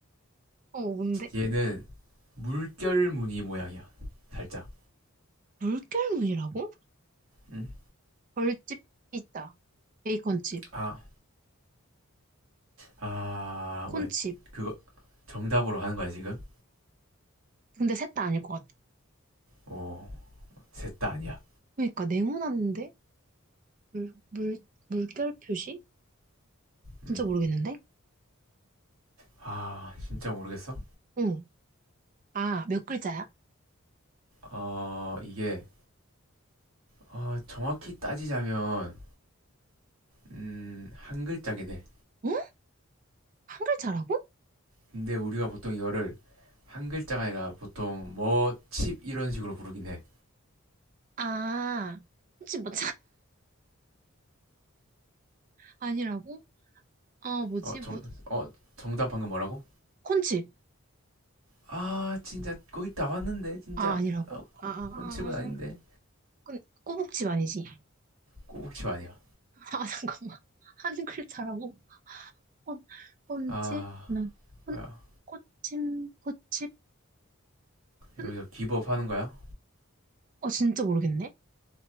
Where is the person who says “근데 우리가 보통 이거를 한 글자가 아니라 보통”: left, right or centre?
Right